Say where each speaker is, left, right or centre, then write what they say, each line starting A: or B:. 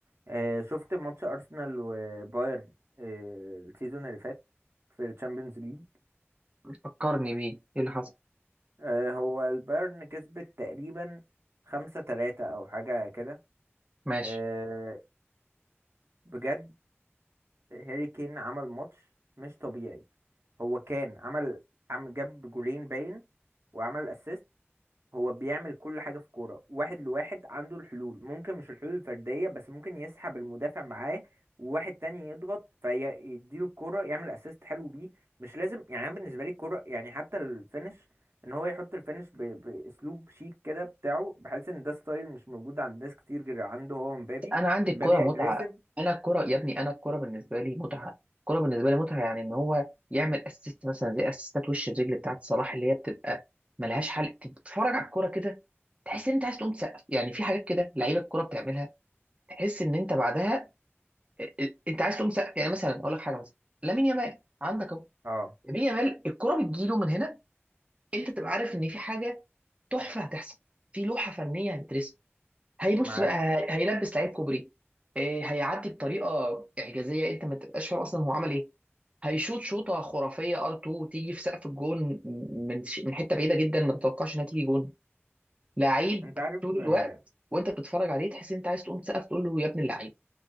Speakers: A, on the right (about 70°); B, on the right (about 30°).
A: آه، شفت ماتش ارسنال وبايرن آه، السيزون اللي فات في الشامبيونز ليج
B: فكرني بيه ايه اللي حصل
A: آه، هو البايرن كسبت تقريبا خمسة تلاتة او حاجه كده
B: ماشي
A: آه، بجد هاري كين عمل ماتش مش طبيعي هو كان عمل عم جاب جولين باين وعمل اسيست هو بيعمل كل حاجة في كورة واحد لواحد عنده الحلول ممكن مش الحلول الفردية بس ممكن يسحب المدافع معاه وواحد تاني يضغط فيديله الكورة يعمل اسيست حلو بيه مش لازم يعني انا بالنسبة لي الكورة يعني حتى الفينش ان هو يحط الفينش ب... باسلوب شيك كده بتاعه بحيث ان ده ستايل مش موجود عند ناس كتير غير عنده هو ومبابي
B: انا عندي الكوره
A: مبابي
B: متعه
A: اجريسيف
B: انا الكوره يا ابني انا الكوره بالنسبه لي متعه الكوره بالنسبه لي متعه يعني ان هو يعمل اسيست مثلا زي اسيستات وش الرجل بتاعت صلاح اللي هي بتبقى ملهاش حل تتفرج على الكوره كده تحس ان انت عايز تقوم تسقف يعني في حاجات كده لعيبه الكوره بتعملها تحس ان انت بعدها ال- ال- انت عايز تقوم تسقف يعني مثلا اقول لك حاجه مثلا لامين يامال عندك اهو
A: اه
B: لامين يامال الكوره بتجيله من هنا انت تبقى عارف ان في حاجه تحفه هتحصل في لوحه فنيه هتترسم هيبص
A: معاك
B: بقى هي-
A: الصراحة
B: هيلبس لعيب كوبري إيه، هيعدي بطريقه اعجازيه انت ما تبقاش فاهم اصلا هو عمل ايه هيشوط شوطه خرافيه ار 2 تيجي في سقف الجون من ش- من حته بعيده جدا ما تتوقعش انها تيجي جون لعيب
A: انت عارف
B: طول
A: آه،
B: الوقت وانت بتتفرج عليه تحس ان انت عايز تقوم تسقف تقول له يا ابن اللعيب